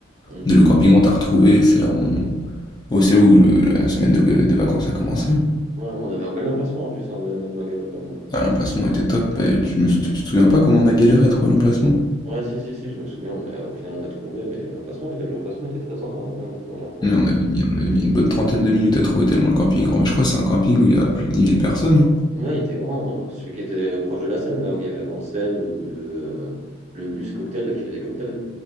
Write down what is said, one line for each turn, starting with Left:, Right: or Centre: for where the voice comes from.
Right: Hmm.
Left: De le camping, on t'a retrouvé, c'est là où on oh, c'est là où le la semaine de de vacances a commencé, hein.
Right: Ouais, on avait un bel emplacement en plus, hein, de notre bungalow, quand même.
Left: Ah, l'emplacement était top et tu me sou tu te souviens pas comment on a galéré à trouver l'emplacement?
Right: Ouais, si, si, si, je me souviens, mais euh, au final, on a trouvé, mais l'emplacement était, l'emplacement était très sympa, hein, quand même, quand on y repense.
Left: Mais on avait mis on avait mis une bonne trentaine de minutes à trouver tellement le camping est grand. Mais je crois que c'est un camping où il y a plus de dix mille personnes, hein?
Right: Ouais, il était grand, hein. celui qui était euh, proche de la scène, là où il y avait la grande scène, le, le, euh, le bus cocktail là, qui faisait cocktail.